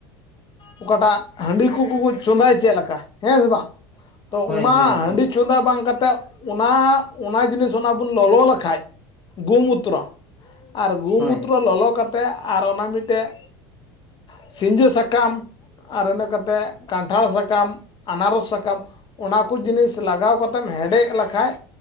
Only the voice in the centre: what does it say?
ᱦᱳᱭ
ᱦᱳᱭ
ᱦᱳᱭ
ᱦᱳᱭ